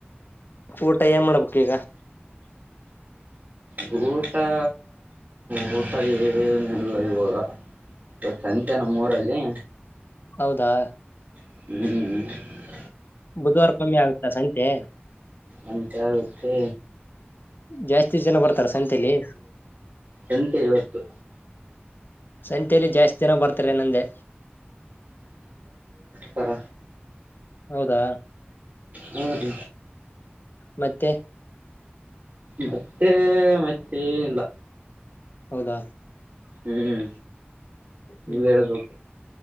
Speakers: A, on the left (about 60°); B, on the right (about 50°).
A: ಊಟ ಏನ್ ಮಾಡ್ಬೇಕು ಈಗ
B: ಗಊಟಾ ಗಊಟಾಯ ನಿಲ್ಲಯವಾಗ ಇ ಸಂಚ ನಮ್ಮ ಮೂೂರಲ್ಲಿ
A: ಹೌದಾ
B: ಹ್ಮ್್ಮ
A: ಬುಧವಾರಕ್ಕೊಮ್ಮೆ ಆಗುತ್ತಾ ಸಂತೆ
B: ಅಂತ ಆಗುತ್ತೆ
A: ಜಾಸ್ತಿ ಜನ ಬರ್ತಾರ ಸಂತಲಿ
B: ಎಂತೆ ಇವತ್ತು
A: ಸಂತೆಯಲ್ಲಿ ಜಾಸ್ತಿ ದಿನ ಬರ್ತಾರೆ ನಂದೆ
B: ಪರ
A: ಹೌದಾ
B: ಹ್ಮ್
A: ಮತ್ತೆ
B: ಮತ್ತೆ ಮತ್ತೆ ಏನಿಲ್ಲ
A: ಹೌದಾ
B: ಹ್ಮ್
A: ಹ್ಮ್
B: ನೀವ್ ಹೇಬೇಕು
A: ಹ್ಮ್